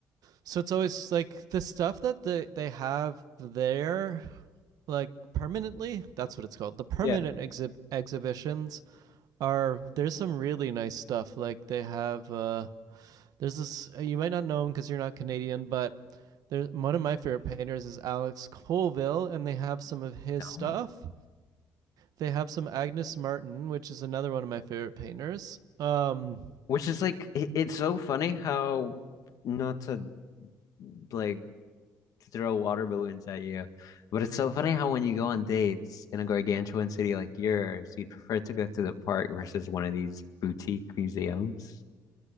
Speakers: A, on the right; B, on the left.
A: So it's always like the stuff that they they have there, like permanently that's what it's called the permanent
B: yeah.
A: exhib- exhibitions are there's some really nice stuff like they have uh there's this. uh, You might not know him because you're not Canadian, but there's one of my favorite painters is Alex Colville, and they have some of his
B: No.
A: stuff. They have some Agnes Martin, which is another one of my favorite painters. Um,
B: Which is like it- it's so funny how not to like to throw water balloons at you. But it's so funny how when you go on dates in a gargantuan city like yours, you'd prefer to go to the park versus one of these boutique museums.